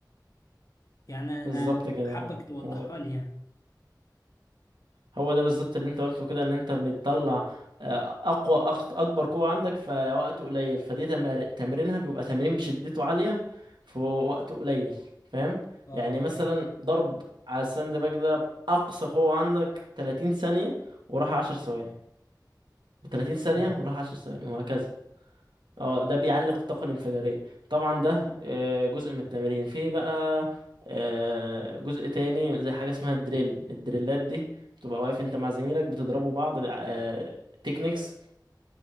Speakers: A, on the left; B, on the right.
A: يعني
B: بالظبط
A: انا
B: كده
A: حابك
B: اه
A: توضحها
B: هو
A: لي يعني
B: هو ده بالظبط اللي انت قلته كده ان انت بتطلع آه، اقوى أخت- اكبر قوة عندك في وقت قليل فدي تمار... تمرينها بيبقى تمرين بشدته عالية في وقت قليل فاهم
A: اه
B: يعني مثلا
A: فاهم
B: ضرب على الساند باج ده بأقصى قوة عندك 30 ثانية وراح 10 ثواني 30
A: مم.
B: ثانية وراح 10 ثواني وهكذا اه ده بيعلق الطاقة الانفجارية طبعا ده آه، جزء من التمرين في بقى آه، جزء تاني زي حاجة اسمها الدريل الدريلات دي بتبقى واقف انت مع زميلك بتضربوا بعض تكنيكس